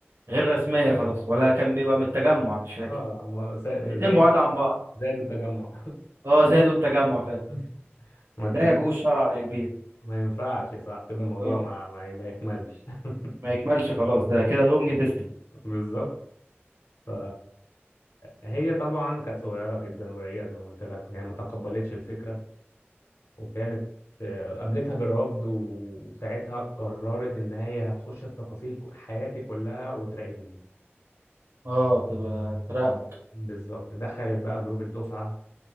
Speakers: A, on the right (about 70°); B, on the left (about 80°).
A: غير رسمية خلاص ولا كان بيبقى من التجمع مش فاكر
B: اه ما- زي
A: الاتنين بعاد عن بعض
B: زي التجمع
A: اه زايد والتجمع فاهم
B: <laughs> ما تجيش
A: لا يجوز شرعا يا كبير
B: ما ينفعش صح كده الموضوع
A: اه
B: ما ما ما يكملش <laughs>
A: ما يكملش خلاص ده كده لونج ديستنس
B: بالظبط ف هي طبعا كانت صغيره جدا ورقيقه زي ما قلت لك هي ما تقبلتش الفكره وكانت آه، قابلتها بالرفض و- وساعتها قررت ان هي هتخش في تفاصيل ك- حياتي كلها وتراقبني
A: اه تبقى تراقبك
B: بالظبط دخلت بقى جروب الدفعه